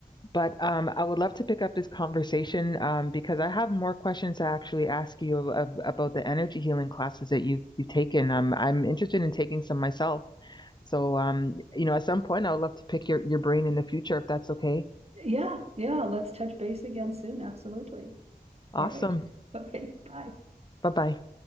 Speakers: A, on the left; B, on the right.
A: But um, I would love to pick up this conversation um, because I have more questions to actually ask you of, of, about the energy healing classes that you've, you've taken. Um, I'm interested in taking some myself. So, um, you know, at some point, I would love to pick your, your brain in the future if that's okay.
B: Yeah, yeah, let's touch base again soon, absolutely.
A: Awesome.
B: All right, <laughs> okay, bye.
A: Bye bye.